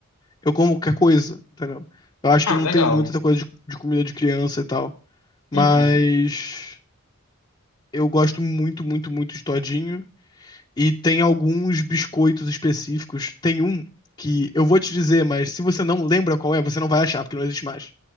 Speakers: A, on the left (about 20°); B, on the left (about 80°).
A: eu como qualquer coisa, entendeu? Eu acho
B: Ah,
A: que eu não
B: legal.
A: tenho muita essa coisa de, de comida de criança e tal, mas
B: Uhum.
A: eu gosto muito, muito, muito de todinho. E tem alguns biscoitos específicos. Tem um que eu vou te dizer, mas se você não lembra qual é, você não vai achar, porque não existe mais.